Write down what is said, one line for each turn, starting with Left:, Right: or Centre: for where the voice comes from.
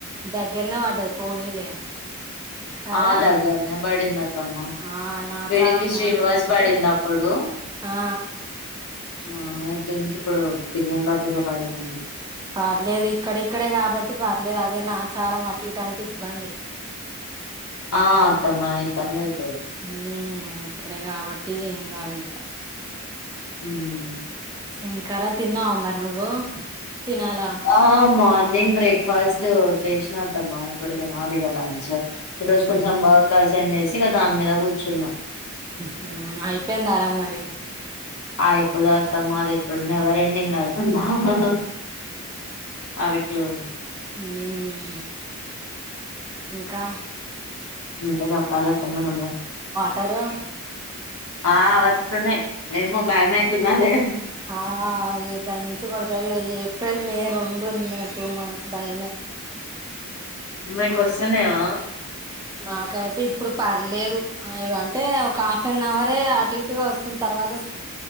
Right: దగ్గర్నే పడ్డది పోనీలే కదా
Left: ఆ దగ్గర్నే పడింది అత్తమ్మ
Right: ఆ నాచారం
Left: వీడికి శ్రీనివాస్
Right: అటు ఇటు అంటే
Left: పడింది అప్పుడు
Right: ఆ
Left: ఆ అయితే ఇంకిప్పుడు విజ్ఞాన్ భారతిలో పడిందంటావ్
Right: పర్లేదు ఇక్కడిక్కడే కాబట్టి పర్లేదు అదే నాచారం అటుఇటు ఇబ్బంది
Left: ఆ అత్తమ్మ ఇబ్బందిఅయితది
Right: ఉమ్ ఇక్కడే కాబట్టి ఏం కాదు ఇంకా
Left: ఉమ్
Right: ఇంకా ర తిన్నావా మ నువ్వు తినాలా
Left: హ మార్ ర్నింగ్ బ్రేక్ఫాస్ట్ చేసిన అత్తమ్మ ఇప్పుడు తినాలిగా లంచ్ ఈరోజు
Right: ఉమ్
Left: కొంచెం వర్క్ అసైన్ చేస్ గా దాని మీద కూర్చున్న
Right: హ్మ్ అయిపోయిందా రా మరి
Left: అయిపోదు అత్తమ్మా అది ఎప్పుడు నెవర్ఎండింగ్ కదా హా అవికిలో
Right: మ్మ్ కా
Left: హ్మ్ కాదా పాల తమ్మనే
Right: టరు
Left: ఆ వస్తున్నాయ్ ఏమోభయమైతుంది అదే
Right: ఆ దంచికొడతాదికా ఏప్రిల్ మే ర డు టూ మంత్స్ భయమే
Left: మీకు
Right: కదా
Left: వస్తున్నాయా
Right: మాకైతే ఇప్పుడు పర్లేదు అ అంటే ఒక హాఫ్అన్అవరే అటు ఇటుగా వస్తుంది తర్వాత